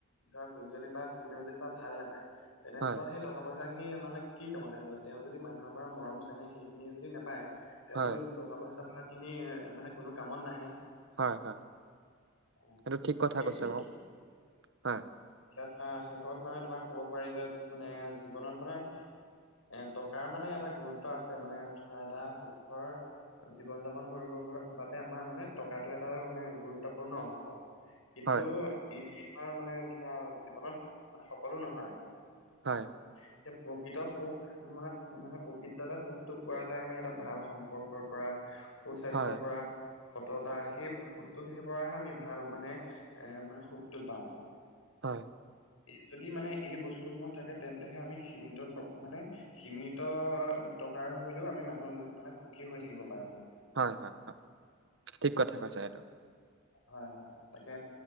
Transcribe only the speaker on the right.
হয়
হয়
হয় - হয়
এইটো ঠিক কথা
কৈছে অ, হয়।
হয়,
হয়।
হয়,
হয়।
হয়-হয়-হয় ঠিক কথা কৈছা এইটো।